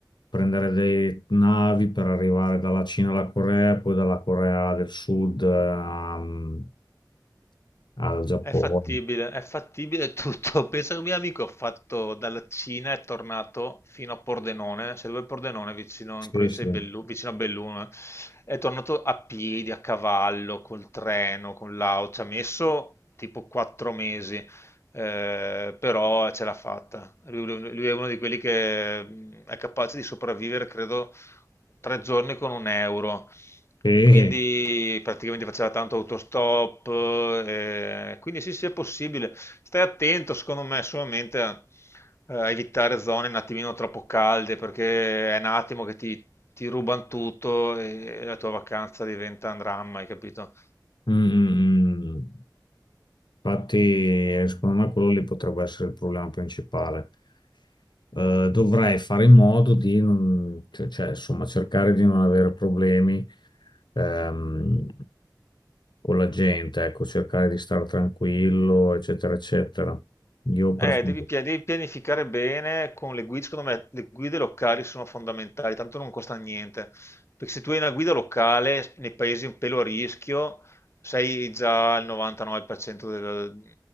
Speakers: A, on the left (about 75°); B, on the left (about 35°).
A: prendere dei navi per arrivare dalla Cina alla Corea, poi dalla Corea del Sud eh, al Giappone.
B: È fattibile, è fattibile tutto. <laughs> Pensa che un mio amico ha fatto dalla Cina, è tornato fino a Pordenone, cioè dove è Pordenone, vicino,
A: Sì,
B: in provincia
A: sì.
B: di Bellu- vicino a Belluno, è tornato a piedi, a cavallo, col treno, con l'auto, ci ha messo tipo quattro mesi, eh, però ce l'ha fatta. Lui, lui lui è uno di quelli che mh, è capace di sopravvivere, credo, tre giorni con un euro.
A: Sì.
B: E quindi praticamente faceva tanto autostop, eh, quindi sì, sì, è possibile. Stai attento, secondo me, solamente a eh, a evitare zone un attimino troppo calde, perché è un attimo che ti, ti rubano tutto e la tua vacanza diventa un dramma, hai capito?
A: Mm, mm, mm. mm. Infatti, eh, secondo me quello lì potrebbe essere il problema principale. Eh, dovrei fare in modo di non, cioè, cioè, insomma, cercare di non avere problemi ehm, con la gente, ecco, cercare di stare tranquillo, eccetera, eccetera. Io preferisco.
B: Eh, devi, pia- devi pianificare bene con le guide, secondo me le guide locali sono fondamentali, tanto non costa niente, perché se tu hai una guida locale nei paesi un pelo a rischio, sei già al 99% del-